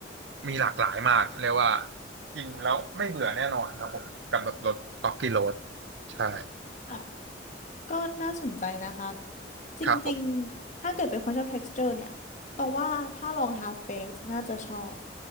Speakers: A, on the right; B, on the left.
A: มีหลากหลายมากเรียกว่ากินแล้วไม่เบื่อแน่นอนนะผมกำหนดรสต็อกกี้โรดใช่
B: อ่ะ ก็น่าสนใจนะคะ จริงๆ
A: ครับผม
B: ถ้าเกิดเป็นคนชอบ texture เนี่ยต้องว่าถ้าลอง half baked น่าจะชอบ